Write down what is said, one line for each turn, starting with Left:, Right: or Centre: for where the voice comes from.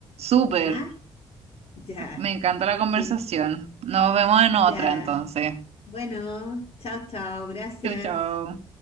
Right: Súper.
Left: ¿Ya? <laughs> Ya.
Right: Me encanta la conversación.
Left: Que
Right: Nos vemos en
Left: ya.
Right: otra entonces.
Left: Bueno, chao, chao. Gracias.
Right: Chau, chau.